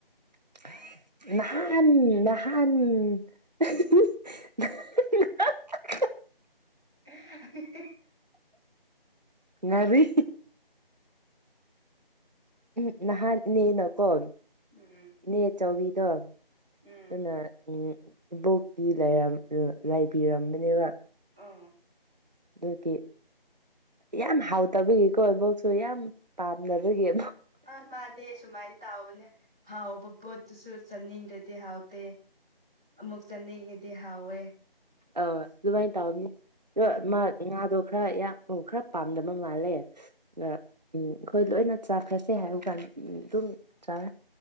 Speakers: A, on the right; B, in the centre.
A: ꯅꯍꯥꯟ ꯅꯍꯥꯟ ꯑꯍ ꯍ ꯑꯍ ꯍ ꯍ ꯍ ꯍ
B: ꯍ ꯍ
A: ꯉꯥꯢꯔꯨꯢ ꯎꯝ ꯅꯍꯥꯟ ꯅꯦ ꯅ ꯀꯣ
B: ꯎꯝ
A: ꯏꯅꯦ ꯆꯧꯕꯤꯗꯣ ꯑꯗꯨꯅ
B: ꯎꯝ
A: ꯎꯝ ꯏꯕꯣꯛꯇꯤ ꯂꯩꯔꯝ ꯂꯩꯕꯤꯔꯝꯕꯅꯦꯕ
B: ꯑꯝ
A: ꯑꯗꯨꯒꯤ ꯌꯥꯝ ꯍꯥꯎꯇꯕꯤꯒꯤꯀꯣ ꯏꯕꯣꯛꯁꯨ ꯌꯥꯝ ꯄꯥꯝ ꯅꯕꯒꯤ
B: ꯑ ꯃꯥꯗꯤ ꯁꯨꯃꯥꯏꯅ ꯇꯥꯎꯕꯅꯦ ꯍꯥꯎꯕ ꯄꯣꯠꯇꯨꯁꯨ ꯆꯥꯅꯤꯡꯗ꯭ꯔꯗꯤ ꯍꯥꯎꯇꯦ ꯑꯃꯨꯛ ꯆꯠꯅꯤꯡꯉꯗꯤ ꯍꯥꯎꯋꯦ
A: ꯑ ꯑꯗꯨꯃꯥꯏꯅ ꯇꯧꯕꯅꯤ ꯑꯗꯣ
B: ꯎꯝ
A: ꯃꯥ ꯉꯥꯗꯣ ꯈꯔ ꯌꯥꯝ ꯈꯔ ꯄꯥꯝꯗꯕ ꯃꯥꯜꯂꯦ ꯑ ꯎꯝ ꯑꯩꯈꯣꯏ ꯂꯣꯏꯅ ꯆꯥꯈ꯭ꯔꯁꯦ ꯍꯥꯏꯕ ꯀꯥꯟꯗ ꯑꯗꯨꯝ ꯆꯥꯔ